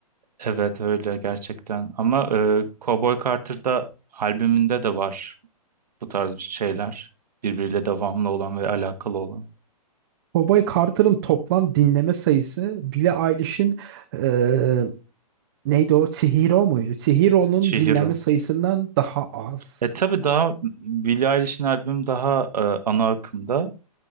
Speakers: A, on the right; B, on the right.
A: Evet öyle gerçekten ama e, Cowboy Carter'da albümünde de var. bu tarz bir şeyler. Birbiriyle devamlı olan ve alakalı olan.
B: Cowboy Carter'ın toplam dinleme sayısı Billie Eilish'in eee, neydi o? Chihiro muydu? Chihiro'nun
A: Chihiro.
B: dinlenme sayısından daha az.
A: E tabii daha Billie Eilish'in albümü daha e, ana akımda.